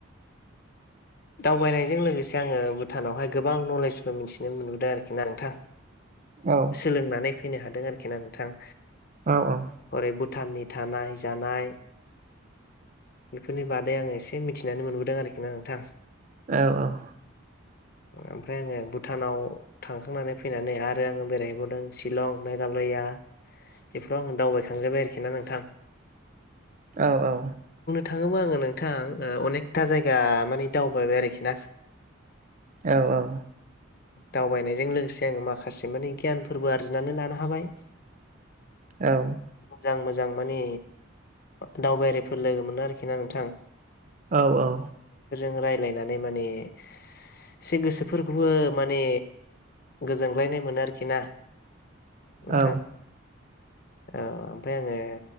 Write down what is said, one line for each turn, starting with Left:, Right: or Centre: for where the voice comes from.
Left: दावबायनायजों लोगोसे आङो भुटानावहाय गोबां नलेजबो मिथिनो मोनबोदों आरोखि ना नोंथां
Right: औ
Left: सोलोंनानै फैनो हादों आरोखि ना नोंथां
Right: औ औ
Left: हरै भुटाननि थानाय जानाय बेफोरनि बादै आं एसे मिथिनानै मोनबोदों आरोखि ना नोंथां
Right: औ औ
Left: ओमफ्राय आङो भुटानाव थांखांनानै फैनानै आरो आङो बेरायहैबावदों शिलं मेघालया बेफोराव आङो दावबायखांजोबबाय आरोखि ना नोंथां
Right: औ औ
Left: थाङोब्ला आङो नोंथां अनेकथा जायगा माने दावबायबाय आरोखि ना
Right: औ औ
Left: दावबायनायजों लोगोसे आङो माखासे मानि गियानफोरबो आरजिनानै लानो हाबाय
Right: औ
Left: मोजां मोजां मानिे दावबायारिफोर लोगो मोनो आरोखि ना नोंथां
Right: औ औ
Left: रायजलायनानै माने एसे गोसोफोरखौबो माने गोजोनग्लायनाय मोनो आरोखि ना नोंथां
Right: औ
Left: औ ओमफ्राय आङो